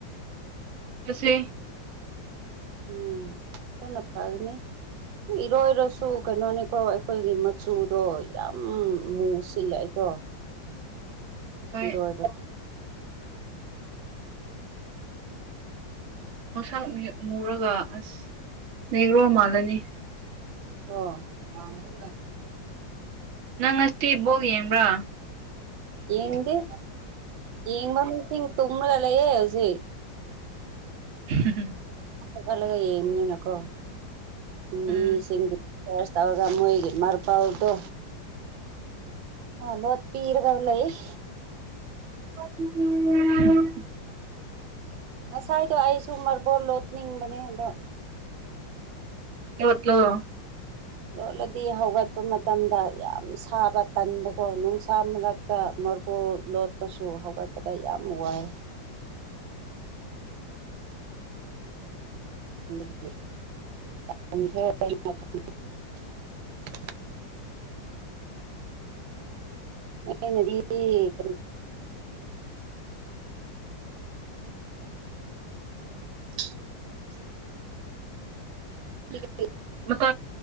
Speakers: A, on the right; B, on the right.
A: ꯀꯁꯦ
B: ꯎꯝ ꯊꯅ ꯐꯥꯒꯅꯤ ꯏꯔꯣꯏꯔꯁꯨ ꯀꯩꯅꯣꯅꯤꯀꯣ ꯑꯩꯈꯣꯏꯒꯤ ꯃꯆꯨꯗꯣ ꯌꯥꯝ ꯃꯨ ꯁꯤꯜꯂꯦ ꯑꯩꯈꯣꯏ
A: ꯍꯣꯏ
B: ꯏꯔꯣꯏꯕ
A: ꯃꯁꯥꯛ ꯃꯨꯔꯒ ꯑꯁ ꯅꯩꯔꯣ ꯃꯥꯜꯂꯅꯤ
B: ꯑꯣ ꯋꯥꯉꯣ
A: ꯅꯪ ꯉꯁꯤ ꯏꯕꯣꯛ ꯌꯦꯡꯕ꯭ꯔꯥ
B: ꯌꯦꯡꯗꯤ ꯌꯦꯡꯃ ꯃꯤꯁꯤ ꯇꯣꯃꯂꯂꯌꯦꯦ ꯍꯧꯖꯤ
A: <inaudible>
B: ꯆꯠꯍꯠꯂꯒ ꯌꯦꯡꯕꯅꯤꯅꯀꯣ ꯃꯤꯁꯤꯡꯗꯤ
A: ꯎꯝ
B: ꯆꯁ ꯇꯧꯔꯒ ꯃꯣꯏꯒꯤ ꯃꯔꯄꯜꯗꯣ ꯑ ꯂꯣꯠꯄꯤꯤꯔꯒ ꯂꯩꯏ
A: ꯎꯝ
B: ꯉꯁꯥꯏꯗꯣ ꯑꯩꯁꯨ ꯃꯥꯔꯕꯣꯣꯟ ꯂꯣꯠꯅꯤꯡꯕꯅꯦ ꯑꯟꯗꯣ
A: ꯂꯠꯇꯂꯣ
B: ꯂꯣꯠꯂꯗꯤ ꯍꯧꯒꯠꯄ ꯃꯇꯝꯗ ꯌꯥꯝ ꯁꯥꯕ ꯇꯟꯕꯀꯣ ꯅꯨꯡꯁꯥ ꯃꯔꯛꯇ ꯃꯕꯨꯣꯜ ꯂꯣꯠꯄꯁꯨ ꯍꯧꯒꯠꯄꯗ ꯌꯥꯝ ꯋꯥꯏ <inaudible> <inaudible> ꯑ ꯅꯗꯤꯅꯤ <inaudible> ꯍ
A: ꯎ